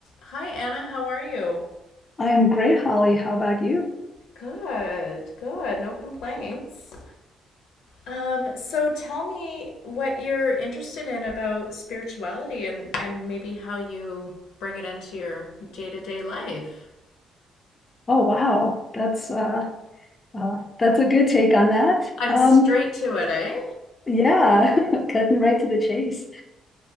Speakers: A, on the left (about 80°); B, on the left (about 30°).
A: Hi, Anna. How are you?
B: I am great, Holly. How about you?
A: Good, good. No complaints. Um, so tell me what you're interested in about spirituality and, and maybe how you bring it into your day-to-day life.
B: Oh, wow. That's uh, uh that's a good take on that.
A: I'm
B: Um,
A: straight to it, eh?
B: yeah, <laughs> cutting right to the chase.